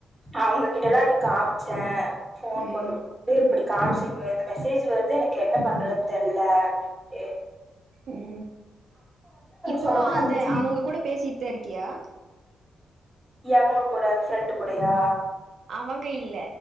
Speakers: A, in the centre; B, on the right.
A: அவங்க கிட்டலா அது காமிச்ச ஃபோன்
B: ம்
A: கொண்டு <unintelligible> இப்டி காம்சிங்க இந்த மெசேஜ் வருது எனக்கு என்ன பண்றதுன் தெர்ல அப்டின்ட்
B: உம் இப்போ
A: சொல்லவும்
B: அந்த
A: நாங்க சிரி
B: அவ்ங்க கூட பேசிட்தா இருக்கியா
A: எவங்க கூட அந்த ஃப்ரெண்டு கூடயா
B: அவங்க இல்ல